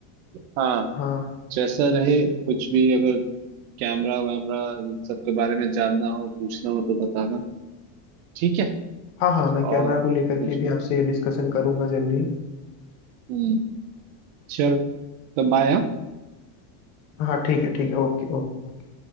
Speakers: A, on the right; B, on the left.
A: हाँ
B: हाँ
A: जैसा रहे कुछ भी अगर कैमरा वैमरा इन सब के बारे में जानना हो पूछना हो तो बताना ठीक है
B: हाँ हाँ मैं कैमरा
A: और कुछ
B: को लेकर के
A: भी
B: भी आपसे डिस्कशन करूंगा जल्दी
A: हम्म चलो तो बाय
B: हाँ ठीक है ठीक है ओके ओके